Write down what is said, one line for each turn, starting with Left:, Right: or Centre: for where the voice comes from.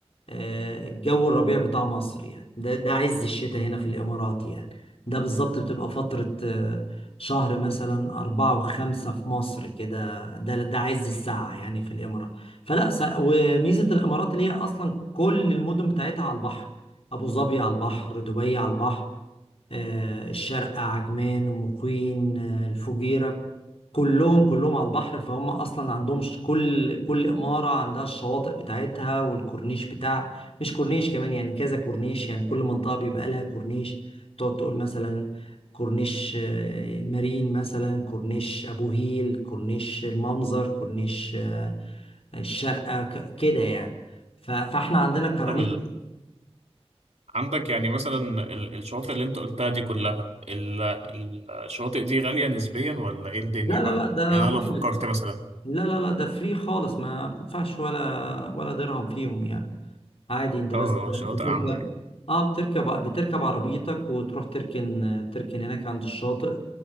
Left: آه، الجو الربيع بتاع مصر يعني ده ده عز الشتاء هنا في الإمارات يعني ده بالظبط بتبقى فترة آه، شهر مثلا أربعة وخمسة في مصر كده ده ده عز الساعة يعني في الإمارات فلا س- وميزة الإمارات اللي هي أصلا كل المدن بتاعتها على البحر أبو ظبي على البحر دبي على البحر آه، الشارقة عجمان مقيم آه، الفجيرة كلهم كلهم على البحر فهم اصلا عندهم ش- كل كل اماره عندها الشواطئ بتاعتها والكورنيش بتاع مش كورنيش كمان يعني كذا كورنيش يعني كل منطقه بيبقى لها كورنيش تقعد تقول مثلا كورنيش آه، مارين مثلا كورنيش ابو هيل كورنيش المنظر كورنيش آه، الشارقه ك- كده يعني ف- فاحنا عندنا كرانيش
Right: طب عندك يعني مثلا ال- الشواطئ اللي انت قلتها دي كلها ال- ال- الشواطئ دي غالية نسبيا ولا ايه الدنيا
Left: لا لا
Right: بقى
Left: لا ده
Right: يعني
Left: بحر
Right: انا لو فكرت مثلا
Left: لا لا لا ده فري خالص ما بتدفعش ولا ولا درهم فيهم يعني عادي انت بس
Right: اه
Left: بتركب
Right: شواطئ عامة يعني.
Left: اه بتركب بتركب عربيتك وتروح تركن تركن هناك عند الشاطئ